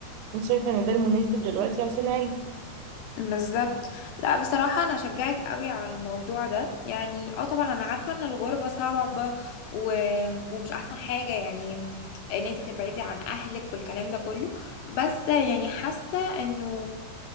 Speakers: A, on the right; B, on the left.
A: انت شايفة ان ده المناسب دلوقتي عشان عيلتك
B: بالظبط لا بصراحة أنا أشجعك قوي على الموضوع ده يعني اه طبعا أنا عارفة إن الغربة صعبة و... ومش أحسن حاجة يعني إن انتي تبعدي عن أهلك والكلام ده كله بس يعني حاسة إنه